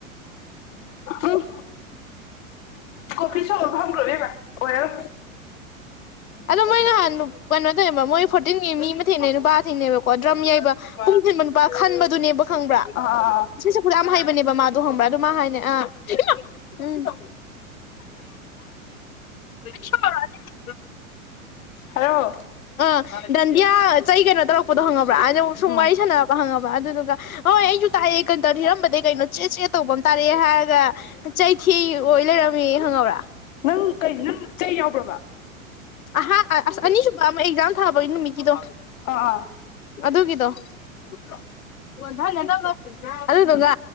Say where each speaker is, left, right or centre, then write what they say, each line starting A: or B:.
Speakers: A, on the left (about 65°); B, on the left (about 75°).
A: ꯎꯝ ꯀꯣꯐꯤ ꯁꯣꯞ ꯑꯃ ꯐꯝꯒ꯭ꯔꯣ ꯏꯕꯦꯝꯃ ꯑꯣꯏꯔꯥꯔꯣꯏ
B: ꯑꯗꯣ ꯃꯣꯏ ꯅꯍꯥꯟ ꯅꯨꯞ ꯀꯩꯅꯣ ꯇꯧꯋꯦꯕ ꯃꯣꯏ ꯐꯣꯔꯇꯤꯟꯒꯤ ꯃꯤ ꯑꯃ ꯊꯦꯡꯅꯩ ꯅꯨꯄꯥ ꯊꯦꯡꯅꯩꯕ ꯀꯣ ꯗ꯭ꯔꯝ ꯌꯩꯕ ꯄꯨꯡ ꯊꯤꯟꯕ ꯅꯨꯄꯥ ꯈꯟꯕꯗꯨꯅꯦꯕ ꯈꯪꯕ꯭ꯔꯥ
A: ꯑꯥ ꯑꯥ ꯑꯥ
B: ꯏꯁꯩ ꯁꯛ ꯄꯨꯔꯥꯝ ꯍꯩꯕꯅꯦꯕ ꯃꯥꯗꯣ ꯍꯪꯕ꯭ꯔꯥ ꯑꯗꯨ ꯃꯥ ꯍꯥꯏꯅꯦ ꯑꯥ ꯏꯃꯥ ꯎꯝ ꯆ <unintelligible>
A: ꯍꯜꯂꯣ꯫
B: ꯑ ꯗꯙꯟꯗꯤꯌꯥ ꯆꯩ ꯀꯩꯅꯣ ꯇꯧꯔꯛꯄꯗꯣ ꯈꯪꯉꯕ꯭ꯔꯥ ꯑꯗ ꯁꯨꯡ
A: ꯎꯝ
B: ꯋꯥꯔꯤ ꯁꯥꯟꯅ ꯍꯪꯉꯕ ꯑꯗꯨꯗꯨꯒ ꯍꯣꯏ ꯑꯩꯁꯨ ꯇꯥꯛꯑꯦ ꯀꯇꯥꯔ ꯍꯦꯛꯑꯃꯕꯗꯩꯩ ꯀꯩꯅꯣ ꯆꯦꯠ ꯆꯦꯠ ꯇꯧꯕ ꯑꯃ ꯇꯥꯔꯛꯑꯦ ꯍꯥꯏꯔꯒ ꯆꯩꯊꯦꯛꯏ ꯑꯣꯏ ꯂꯩꯔꯝꯃꯦ ꯈꯪꯉꯕꯔ꯫
A: ꯅꯪ ꯀꯩ ꯅꯪ ꯆꯩ ꯌꯥꯎꯕ꯭ꯔꯕ꯫
B: ꯑꯍꯥ ꯑꯁ ꯑꯅꯤꯁꯨꯕ ꯑꯃ ꯑꯦꯛꯖꯥꯝ ꯊꯥꯕꯒꯤ ꯅꯨꯃꯤꯠꯀꯤꯗꯣ꯫
A: ꯑ ꯑꯥ꯫
B: ꯑꯗꯨꯒꯤꯗꯣ꯫ <unintelligible> ꯑꯗꯨꯗꯨꯒ